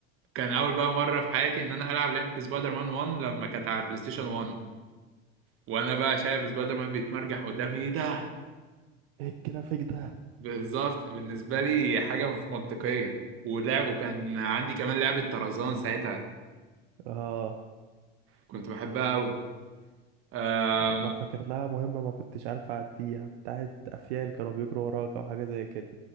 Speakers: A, on the right; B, on the right.
A: كان أول بقى مرة في حياتي إن أنا ألعب لعبة سبايدر مان 1 لما كانت على بلاي ستيشن 1 وانا بقى شايف سبايدر مان بيتمرجح قدامي ايه ده
B: ايه الجرافيك ده
A: بالظبط بالنسبه لي حاجه مش منطقيه ولعب وكان عندي كمان لعبه طرزان ساعتها
B: اه
A: كنت بحبها قوي آه...
B: انا انا فاكر لها مهمه ما كنتش عارف اعديها بتاعت افيال كانوا بيجروا وراك او حاجه زي كده